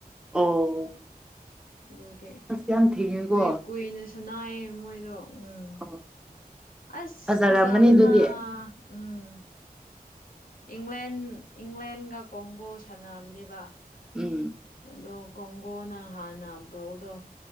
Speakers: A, in the centre; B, on the left (about 65°).
A: ꯑꯣ
B: ꯑꯗꯨꯒꯤ
A: ꯑꯁ ꯌꯥꯝ ꯊꯦꯡꯉꯦꯀꯣ
B: ꯀꯨꯏ ꯀꯨꯏꯅꯁꯨꯅꯥꯏꯌꯦ ꯃꯣꯏꯗꯣ ꯎꯝ
A: ꯑꯣ
B: ꯑꯁ
A: ꯐꯖꯔꯝꯒꯅꯤ
B: ꯐꯖꯕꯅ
A: ꯑꯗꯨꯗꯤ
B: ꯎꯝ ꯏꯪꯂꯦꯟ ꯏꯪꯂꯦꯟꯒ ꯀꯣꯡꯒꯣ ꯁꯥꯟꯅꯝꯂꯤꯕ
A: ꯎꯝ
B: ꯑꯗꯣ ꯀꯒꯣꯅ ꯍꯥꯥꯟꯅꯕꯣꯗꯣ